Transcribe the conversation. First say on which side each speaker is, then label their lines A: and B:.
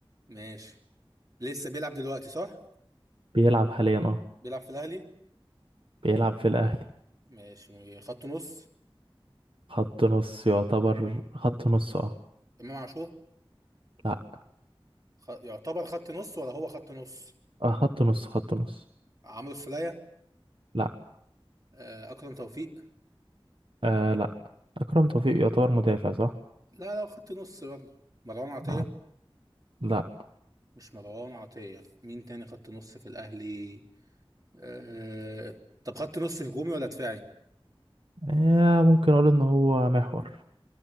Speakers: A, on the right; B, on the right.
A: ماشي لسه بيلعب دلوقتي صح
B: بيلعب حاليا اه
A: بيلعب في الاهلي
B: بيلعب في الأهلي
A: ماشي خط نص
B: خط نص يعتبر خط نص اه
A: امام عاشور
B: لا
A: خ... يعتبر خط نص ولا هو خط نص
B: آه خط نص خط نص
A: عمرو السولية
B: لا
A: آه، اكرم توفيق
B: آه لا أكرم توفيق يعتبر مدافع صح؟
A: لا لا خط نص برضه مروان عطية
B: آه. لا
A: مش مروان عطية مين تاني خط نص في الاهلي أه... طب خط نص هجومي ولا دفاعي
B: آه ممكن أقول إن هو محور